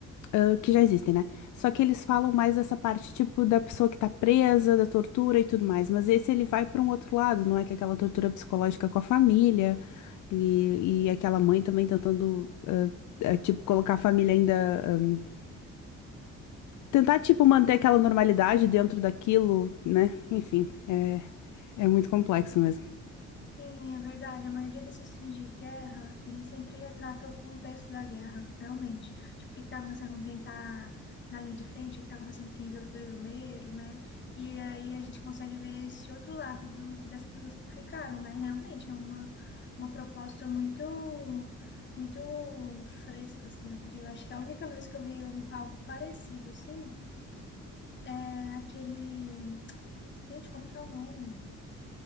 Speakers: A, on the left; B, on the left.
A: ah, que já existem, né? Só que eles falam mais dessa parte, tipo, da pessoa que tá presa, da tortura e tudo mais. Mas esse ele vai para um outro lado, não é? Que é aquela tortura psicológica com a família e, e aquela mãe também tentando, ah, ah, tipo, colocar a família ainda. ah, tentar, tipo, manter aquela normalidade dentro daquilo, né? Enfim, é, é muito complexo mesmo.
B: Sim, é verdade. A maioria desses filmes de guerra, ele sempre retratam o contexto da guerra, realmente. Tipo, o que está acontecendo com quem está na linha de frente, o que está acontecendo com quem virou prisioneiro, né? E aí a gente consegue ver esse outro lado do- das pessoas que ficaram, né? Realmente é uma, uma proposta muito, muito fresca, assim, eu diria. Eu acho que a única vez que eu vi um- algo parecido, assim, é aquele... Gente, como que é o nome?